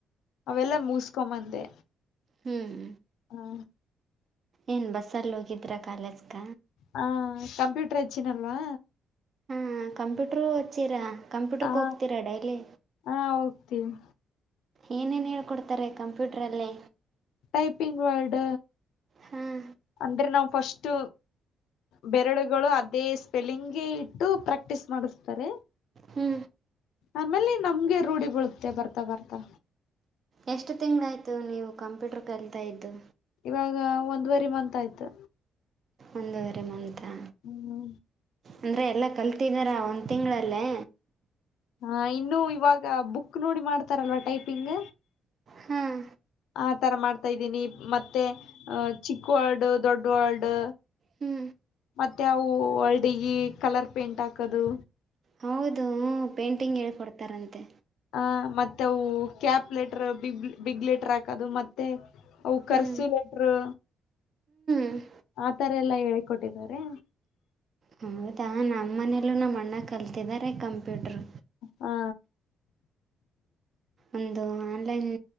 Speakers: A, on the left (about 85°); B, on the right (about 45°).
A: ಅವೆಲ್ಲ ಮುಗಿಸ್ಕೊಂಬಂದೆ.
B: ಹ್ಮ್
A: ಹಾ
B: ಏನ್ ಬಸ್ಸಲ್ಲಿ ಹೋಗಿದ್ರಾ ಕಾಲೇಜ್ಕ
A: ಹ ಕಂಪ್ಯೂಟರ್ ಹಚ್ಚಿನಲ್ವಾ
B: ಹಾ ಕಂಪ್ಯೂಟರು ಹಚ್ಚಿರಾ ಕಂಪ್ಯೂಟ್ರಕ್
A: ಹ
B: ಹೋಗ್ತೀರಾ ಡೈಲಿ.
A: ಹಾ ಹೋಗ್ತೀನಿ.
B: ಏನೇನ್ ಹೇಳ್ಕೊಡ್ತಾರೆ ಕಂಪ್ಯೂಟ್ರಲ್ಲಿೇ.
A: ಟೈಪಿಂಗ್ ವರ್ಡ್
B: ಹಾಂ
A: ಅಂದ್ರೆ ನಾವು ಫಸ್ಟ್ ಬೆರಳುಗಳು ಅದೇ ಸ್ಪೆಲ್ಲಿಂಗ್ಗೆ ಇಟ್ಟು ಪ್ರಾಕ್ಟೀಸ್ ಮಾಡಿಸ್ತಾರೆ.
B: ಹ್ಞೂ
A: ಆಮೇಲೆ ನಮ್ಗೆ ರೂಢಿ ಬೀಳುತ್ತೆ ಬರ್ತಾ ಬರ್ತಾ.
B: ಎಷ್ಟು ತಿಂಗ್ಗಳಾಯ್ತು ನೀವು ಕಂಪ್ಯೂಟರ್ ಕಲ್ತಾ ಇದ್ದು.
A: ಇವಾಗ ಒಂದು ವರಿ ಮಂತ ಆಯ್ತು.
B: ಒಂದೂವರೆ ಮಂತಾ
A: ಹ್ಮ್
B: ಅಂದ್ರೆ ಎಲ್ಲ ಕಲ್ತಿದ್ದಾರ ಒಂದು ತಿಂಗಳಲ್ಲೇ.
A: ಹಾ ಇನ್ನು ಇವಾಗ ಬುಕ್ ನೋಡಿ ಮಾಡ್ತಾರಲ್ವಾ ಟೈಪಿಂಗ್.
B: ಹಾಂ
A: ಆ ತರ ಮಾಡ್ತಾ ಇದ್ದೀನಿ ಮತ್ತೆ ಅ ಚಿಕ್ಕವರ್ಡ್ ದೊಡ್ ವಲ್ಡ್.
B: ಹ್ಞೂ
A: ಮತ್ತೆ ಅವು ವರ್ಡಿಗಿ ಕಲರ್ ಪೇಂಟ್ ಹಾಕದು.
B: ಹೌದು ಹೂ ಪೇಂಟಿಂಗ್ ಹೇಳ್ಕೊಡ್ತಾರಂತೆ.
A: ಹಾ ಮತ್ತೆ ಅವು cap letter big big letter ಹಾಕದು ಮತ್ತೆ ಅವು ಕರ್ಸು
B: ಹ್ಞೂ
A: ಲೆಟ್ರು
B: ಹ್ಞೂ
A: ಆತರ ಎಲ್ಲಾ ಹೇಳಿ ಕೊಟ್ಟಿದಾರೆ.
B: ಹೌದಾ ನಾ ಮ್ಮನೆಲ್ಲೂ ನಮ್ಮ ಅಣ್ಣ ಕಲ್ತಿದ್ದಾರೆ ಕಂಪ್ಯೂಟ್ರು.
A: ಹಾ
B: ಒಂದು ಆನ್ಲೈನ್